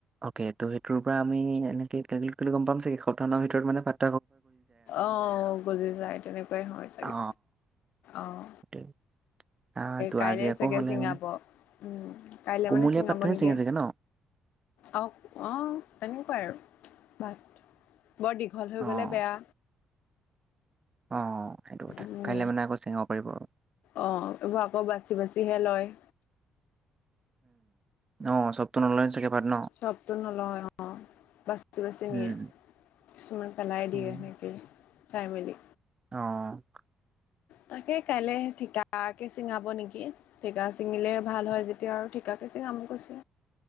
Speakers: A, on the right; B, on the left.
A: অকে ত' সেইটোৰ পৰা আমি এ <unintelligible> গম পাম চাগে সপ্তাহৰ ভিতৰত মানে ফা
B: অঁ, গুজি যায়, তেনেকুৱাই হয় চাগে,
A: অ
B: অঁ।
A: সেইটোৱে আহ ত'
B: কাইলে
A: আজি আকৌ
B: চাগে
A: হ'লে
B: চিঙাব,
A: মানে
B: উম, কাইলে
A: কুমলীয়া
B: মানে চিঙাব
A: পাতটোহে
B: নেকি?
A: ছিঙে চাগে ন?
B: অঁ অঁ, তেনেকুৱাই আৰু বাট, বৰ দীঘল হৈ
A: অ',
B: গ'লে বেয়া।
A: অঁ অঁ, সেইটো কথা,
B: উম
A: কাইলৈ মানে আকৌ চিঙাব পাৰিব আৰু।
B: অ', এইবোৰ আকৌ বাচি বাচিহে লয়।
A: অঁ, চবটো নল চাকে পাৰ ন <unintelligible>
B: চবটো নলয় অ', বাছি, বাছি
A: উম,
B: নিয়ে। কিছুমান পেলাই দিয়ে,
A: উম
B: চাই মেলি।
A: অঁ।
B: তাকে কাইলে ঠিকাকে, চিঙাব নেকি? ঠিকা চিঙিলে ভাল হয় যেতিয়া, আৰু ঠিকাকে চিঙাম কৈছে,